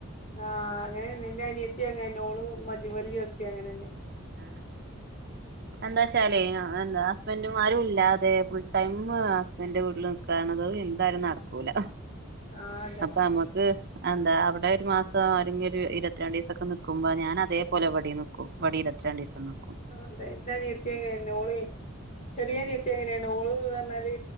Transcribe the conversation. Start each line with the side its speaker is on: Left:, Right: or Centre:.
Left: ആഹ് അങ്ങനെ എന്നിൻ്റെ അനിയത്തി അങ്ങെന്നെ ളുമദ്യപലി ചേർത്തി അങ്ങനെയന്നെ
Right: ആ എന്താ വച്ചാലേ എന്താ ഹസ്ബൻഡും മാരുംഇല്ലാതെ ഫുൾ ടൈമ്ഹസ്ബൻഡന്റെ വീട്ടിൽ നിക്ക ണത്‌ന്തായാലും നടക്കൂല
Left: ആഹ് അതെ
Right: അപ്പൊ നമ്മക്ക് ന്താ അവിടെ ഒരു മാസം ആരെങ്കിലും ഒരു ഇരുപത്തി രണ്ട് ദിവസീക്കെ നിക്കുമ്പോ ഞാനതേപോലെ ഇവടീം നിക്കും ഇവടീഇരുത് രണ്ടീസം ന്നുക്
Left: ആ അതെ എന്റനിയത്തിത്തങ്ങനെന്നെന്നോള് ചെറി യാനീത്തിയാങ്ങനന്നെ നോള് പറഞ്ഞാല്